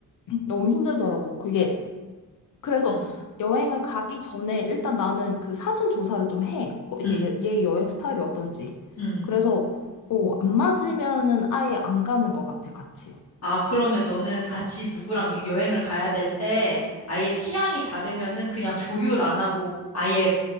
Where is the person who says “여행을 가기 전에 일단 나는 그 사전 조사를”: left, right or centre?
Left